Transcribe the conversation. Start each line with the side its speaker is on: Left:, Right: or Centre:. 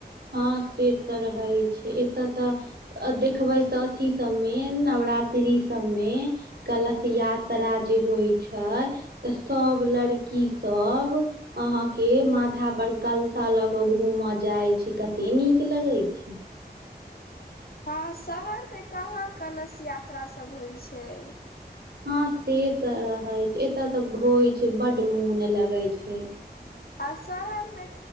Right: हँ से तऽ रहै छैय एतय तऽ देखबै तऽ अथि सबमे नवरात्रि सबमे- कलश यात्रा जे होइ छैय तऽ सभ लड़की सब अहाँके माथा पर कलशा ल के घूमऽ जाय छैय। कते नीक लगैत छैय।
Left: हँ शहरमे कहाँ कलश यात्रा सब होइ छैय।
Right: हँ से तऽ रहै छैय एत तऽ होइ छैय बड मोन लगे छैय।
Left: आ शहरमे